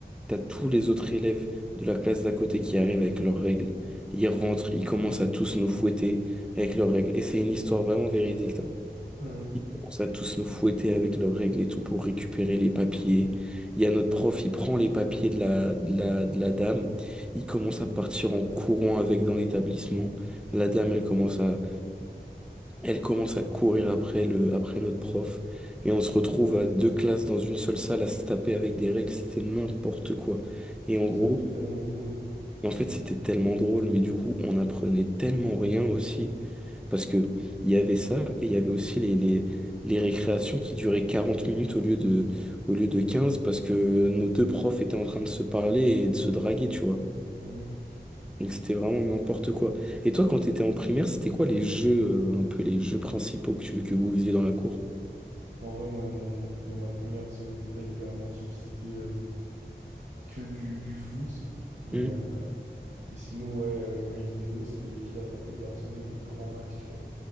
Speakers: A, in the centre; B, on the right (about 70°).
A: T'as tous les autres élèves de la classe d'à côté qui arrivent avec leurs règles. Ils rentrent, ils commencent à tous nous fouetter avec leurs règles. Et c'est une histoire vraiment véridique. hein.
B: Hmm.
A: Ils commencent à tous nous fouetter avec leurs règles et tout pour récupérer les papiers. Il y a notre prof, il prend les papiers de la, de la, de la dame. Il commence à partir en courant avec dans l'établissement. La dame, elle commence à, elle commence à courir après le, après notre prof. Et on se retrouve à deux classes dans une seule salle à se taper avec des règles. C'était n'importe quoi.
B: Putain,
A: Et en gros,
B: ça devait être tellement drôle.
A: et en fait, c'était tellement drôle, mais du coup, on apprenait tellement rien aussi, parce que il y avait ça, et il y avait aussi les, les, les récréations qui duraient 40 minutes au lieu de, au lieu de 15 parce que nos deux profs étaient en train de se parler et de se draguer, tu vois.
B: Mmh.
A: Donc c'était vraiment n'importe quoi. Et toi, quand t'étais en primaire, c'était quoi les jeux, euh, un peu les jeux principaux que, tu- que vous faisiez dans la cour?
B: Bon, En vrai, moi, dans, mon- dans ma primaire, tu sais, on n'était pas hyper inventif, c'était euh, que du, du foot. Et,
A: Hum,
B: euh, et sinon, ouais, euh, quand il faisait beau, c'était les filles attrapent les garçons et grand max, tu vois.